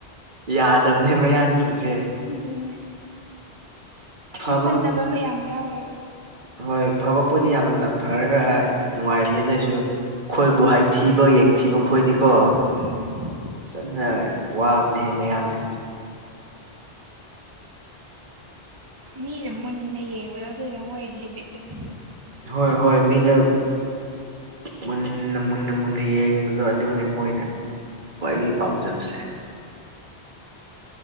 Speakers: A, on the right (about 50°); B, on the right (about 25°).
A: ꯌꯥꯗꯕꯅꯦ ꯃꯌꯥꯡꯁꯤꯡꯁꯦ
B: ꯑꯗꯨꯅꯦ ꯄꯨꯡ
A: ꯐꯕ
B: ꯐꯠꯇꯕ ꯃꯌꯥꯝ ꯌꯥꯎꯋꯦꯕ
A: ꯍꯣꯏ ꯐꯕ ꯈꯣꯏꯗꯤ ꯌꯥꯝꯅ ꯐꯔꯒ ꯍꯥꯏ ꯅꯨꯡꯉꯥꯏꯕꯅꯦ ꯑꯗꯨꯏꯁꯨ ꯈꯣꯏꯕꯨ ꯍꯥꯏꯊꯤꯕ ꯌꯦꯡꯊꯤꯕ ꯈꯣꯏꯗꯤꯀꯣ
B: ꯎꯝ
A: ꯐꯖꯅ ꯋꯥꯕꯅꯦꯍꯦ ꯃꯌꯥꯡꯁꯤꯡꯁꯦ
B: ꯃꯤꯗ ꯃꯨꯟꯅ ꯌꯦꯡꯕꯗꯣ ꯑꯗꯨꯗ ꯃꯣꯏꯒꯤ ꯍꯦꯕꯤꯠꯇꯨꯅꯦ ꯑꯗꯨ
A: ꯍꯣꯏ ꯍꯣꯏ ꯃꯤꯗ ꯃꯨꯟꯅ ꯃꯨꯟꯅ ꯃꯨꯟꯅ ꯌꯦꯡꯕꯗꯣ ꯑꯗꯨꯅꯦ ꯃꯣꯏꯅ ꯈ꯭ꯋꯥꯏꯗꯒꯤ ꯄꯥꯝꯖꯕꯁꯦ